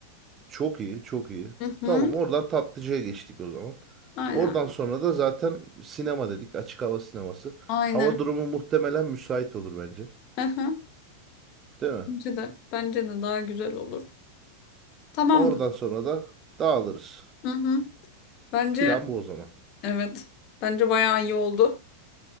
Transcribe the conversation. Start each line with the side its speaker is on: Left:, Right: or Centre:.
Right: Çok iyi, çok iyi.
Left: Hı hı,
Right: Tamam, oradan tatlıcıya geçtik o zaman.
Left: aynen.
Right: Oradan sonra da zaten sinema dedik, açık hava sineması.
Left: Aynen.
Right: Hava durumu muhtemelen müsait olur bence.
Left: Hı hı.
Right: Değil mi?
Left: Bence de bence de daha güzel olur. Tamamdır.
Right: Oradan sonra da dağılırız.
Left: Hı hı. Bence
Right: Plan bu o zaman.
Left: evet. Bence bayağı iyi oldu.